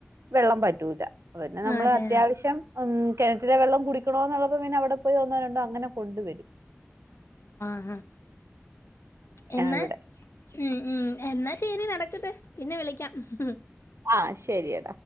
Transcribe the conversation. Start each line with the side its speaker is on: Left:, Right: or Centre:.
Right: വെള്ളം പറ്റൂല കോര്നെ
Left: ആഹ്
Right: നമ്മള്
Left: അതെ
Right: അത്യാവശ്യം
Left: ആഹ്
Right: മ് കിറ്റിലെ വെള്ളം കുടിക്കണോം ന്നുള്ളപ്പോ പിന്നെ അവിടെ പോയി ഒന്നോ രണ്ടോ അങ്ങനെ കൊണ്ട് വരും
Left: ആ എന്നാ
Right: ഇവിടെ
Left: മ് മ് എന്നാ ശരി നടക്കട്ടെ പിന്നെ വിളിക്കാം മ് ഹ് ഹ്
Right: ആഹ ശരിയ